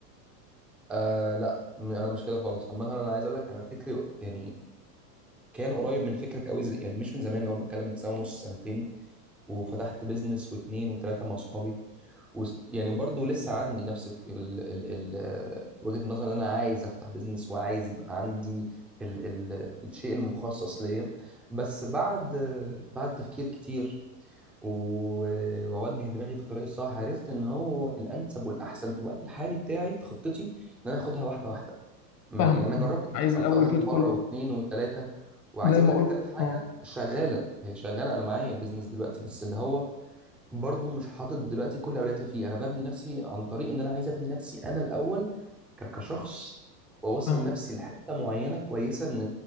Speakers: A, in the centre; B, on the left.
A: آه لا م- أنا مش كده خالص عامة أنا عايز أقول لك أنا فكري يعني كان قريب من فكرك قوي زي يعني مش من زمان لو بتكلم من سنه ونص سنتين وفتحت بيزنس واثنين وثلاثه مع اصحابي وس- يعني برضو لسه عندي نفس ال ال ال ال وجهة النظر ان انا عايز افتح بيزنس وعايز يبقى عندي ال ال الشيء المخصص ليا بس بعد بعد تفكير كتير و- واوجه دماغي في الطريق الصح عرفت ان هو الانسب والاحسن في الوقت الحالي بتاعي في خطتي ان انا اخدها واحده واحده ما
B: فاهمك
A: يعني انا
B: فاهمك.
A: جربت
B: عايز
A: افتح انا
B: الاول
A: فتحت
B: تدخل
A: مره واثنين وثلاثه وعايز
B: زي
A: اقول
B: ما
A: لك
B: قلت
A: ثالث حاجه
B: اه
A: شغاله هي شغاله انا معايا بيزنس دلوقتي بس اللي هو برضو مش حاطط دلوقتي كل اولوياتي فيه انا ببني نفسي عن طريق ان انا عايز ابني نفسي انا الاول ك- كشخص واوصل
B: فاهمة
A: نفسي لحته معينه كويسه ان